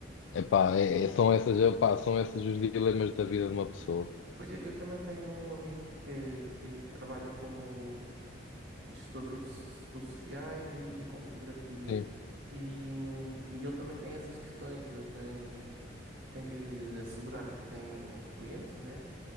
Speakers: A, on the left; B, on the right.
A: epá, é, é- são essas, epá, são esses os dilemas da vida de uma pessoa.
B: Pois eu, eu também tenho um amigo que, que trabalha como gestor de redes sociais e, e com fotografia.
A: Sim.
B: E, hum, e ele também tem essas questões, ele tem, tem que assegurar que tem clientes, né?